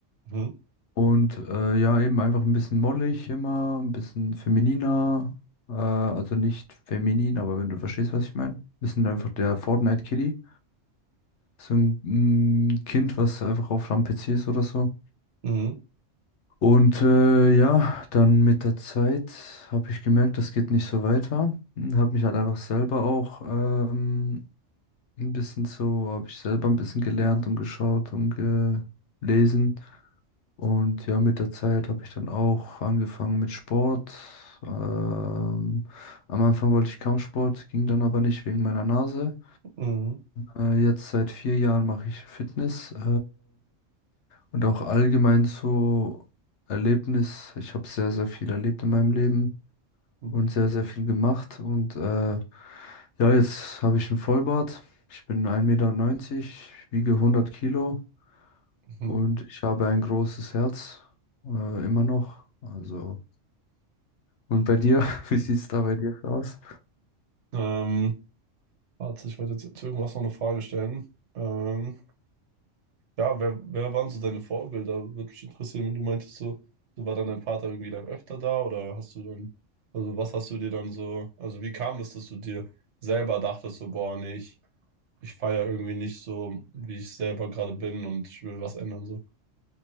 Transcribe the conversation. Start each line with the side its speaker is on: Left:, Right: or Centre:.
Right: mhm,
Left: Und äh, ja, eben einfach ein bisschen mollig immer, ein bisschen femininer. Äh, also nicht feminin, aber wenn du verstehst, was ich meine. Wir sind einfach der fortnite kitty So ein mm, Kind, was einfach auf am PC ist oder so.
Right: mhm,
Left: Und äh, ja, dann mit der Zeit habe ich gemerkt, das geht nicht so weiter. Habe mich halt einfach selber auch ähm, ein bisschen so, habe ich selber ein bisschen gelernt und geschaut und gelesen. Und ja, mit der Zeit habe ich dann auch angefangen mit Sport. Ähm, am Anfang wollte ich Kampfsport, ging dann aber nicht wegen meiner Nase.
Right: mhm,
Left: Äh, jetzt seit vier Jahren mache ich Fitness. Äh, und auch allgemein so Erlebnis. Ich habe sehr, sehr viel erlebt in meinem Leben
Right: mhm,
Left: und sehr, sehr viel gemacht. Und äh, ja, jetzt habe ich einen Vollbart. Ich bin 1,90 Meter, wiege 100 Kilo.
Right: mhm.
Left: Und ich habe ein großes Herz, äh, immer noch. Also, und bei dir, <laughs> wie sieht's da bei dir aus?
Right: Ähm, warte, ich wollte jetzt zu irgendwas noch eine Frage stellen. Ähm, ja, wer, wer waren so deine Vorbilder? Würde mich interessieren, wenn du meintest, so, so war dann dein Vater irgendwie dann öfter da oder hast du dann, also was hast du dir dann so, also wie kam das, dass du dir selber dachtest, so, boah, nee, ich ich feiere irgendwie nicht so, wie ich selber gerade bin und ich will was ändern, so.